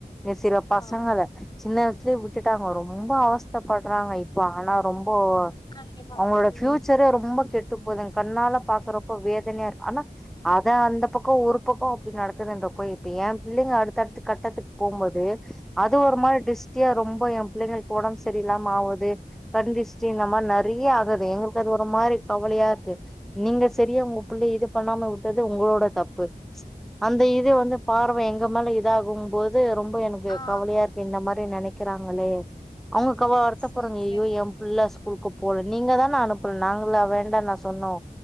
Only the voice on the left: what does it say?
ஆ
கண்டிப்பா
ம்
ஆ
சரி
சரி